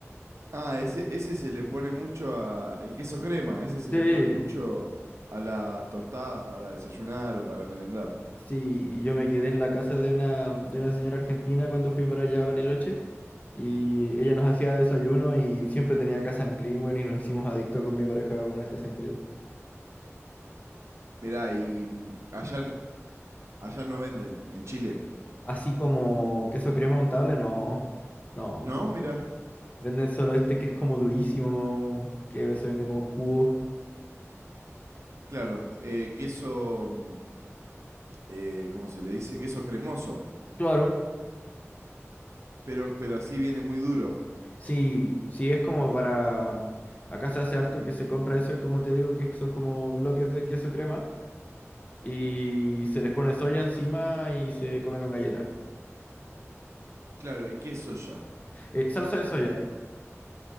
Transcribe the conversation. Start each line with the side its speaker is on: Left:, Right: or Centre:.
Right: ah, ese, ese se le pone mucho a... El queso crema, ese se
Left: Sí,
Right: le pone mucho a las tostadas para desayunar o para merendar.
Left: sí, yo me quedé en la casa de una, de una señora argentina cuando fui para allá a Bariloche. Y ella nos hacía desayuno y siempre tenía Casan Cream, weón, y nos hicimos adictos con mi pareja a una Casan Cream.
Right: Mirá, y mm, allá, n- allá no venden, en Chile.
Left: Así como queso crema untable, no. No.
Right: ¿No? Mirá.
Left: Venden solo este que es como durísimo, que se vende como en cubos.
Right: Claro, eh, queso, mm, eh, ¿cómo se le dice? Queso cremoso,
Left: Claro,
Right: pero, pero así viene muy duro.
Left: sí, sí es como para... Acá se hace harto que se compra eso y como te digo que son como bloques de queso crema y se les pone soya encima y se come con galletas.
Right: Claro, ¿y qué es soya?
Left: Eh, salsa de soya.